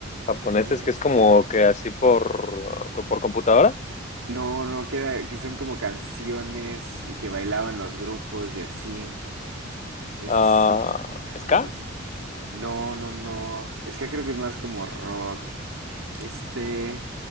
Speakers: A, on the left; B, on the right.
A: ¿Japoneses
B: Este,
A: que es como que así por, por computadora?
B: no, no, que era- que son como canciones y que bailaban los grupos y así. Ese
A: Ah,
B: sí,
A: ¿ska?
B: no sé. No, no, no. Es que acá creo que es más como rock. Este